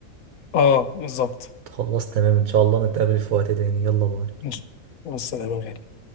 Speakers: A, on the left; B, on the right.
A: آه بالظبط
B: خلاص تمام ان شاء الله نتقابل في وقت تاني يلا باي
A: ماشي والسلام يا غالي